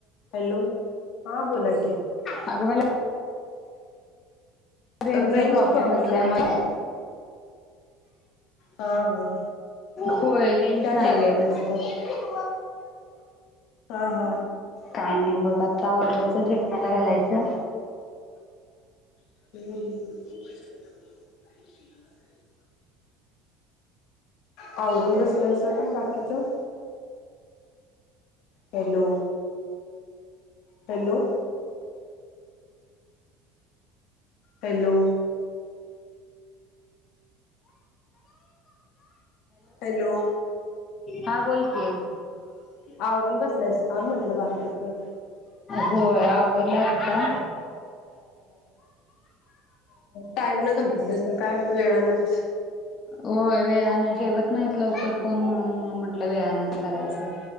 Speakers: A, on the left (about 65°); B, on the left (about 35°).
A: hello, हा बोला की,
B: अगं मला रेंजचा
A: रेंज प्रॉब्लेम
B: असल्यामुळे
A: आहे का? हा हा
B: होय, रेंज
A: काय
B: नाय
A: चालू
B: व्यवस्थित
A: आहे मग आता?
B: <inaudible>
A: हा हा
B: काय नाय बघ आता आवरायचं जेव आलं घालायचं
A: <inaudible> आवरून बसलायसा का बाकीचं? हॅलो हॅलो हॅलो हॅलो
B: हां बोल की,
A: आवरून बसलायस का म्हंटलं बाकीचं
B: होय, आवरल आता
A: टाइम न घांतलं तर काय वेळानंच
B: होय वेळानं जेवत नाहीत लवकर कोण म्हणून म म्हटलं वेळानंच करायचं